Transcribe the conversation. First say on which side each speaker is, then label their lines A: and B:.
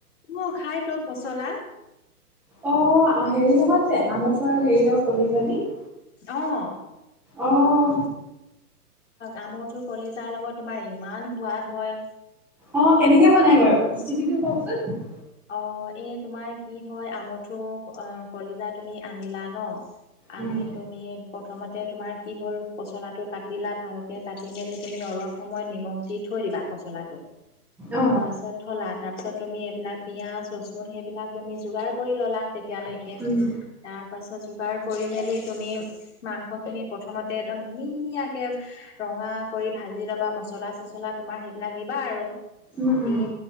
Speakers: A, on the left (about 50°); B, in the centre.
A: উম, খাই তো পচলা।
B: অ', হেৰি লগত যে আমঠু আৰু হেৰি লগত কলিজা দি।
A: অহ।
B: অহ।
A: আমঠুৰ কলিজাৰ লগত তোমাৰ ইমান সোৱাদ হয়।
B: অ', কেনেকে বনাই বাৰু ৰেচিপিটো কওকচোন?
A: অ', এই তোমাৰ কি হয় আমুঠু কলিজা তুমি আনিলা ন। আনি
B: উম,
A: তুমি। প্ৰথমতে তোমাৰ কি হ'ল পচলাটো কাটিলা ভালকৈ, কাটি মেলি তুমি অলপ সময় নিমখ দি থৈ দিবা। পচলাটো।
B: অহ।
A: তাৰপিছত থলা, তাৰপিছত তুমি এইবিলাক পিঁয়াজ ৰচুন সেইবিলাক তুমি যোগাৰ কৰি ল'লা তেতিয়ালৈকে।
B: উম।
A: <inaudible> তাৰ পাছত যোগাৰ কৰি মেলি তুমি মাংস খিনি প্ৰথমতে একদম ধুনীয়াকে ৰঙা কৰি ভাজি ল'বা, মচলা চচলা তোমাৰ সেইবিলাক দিবা আৰু
B: উম, উম,
A: দি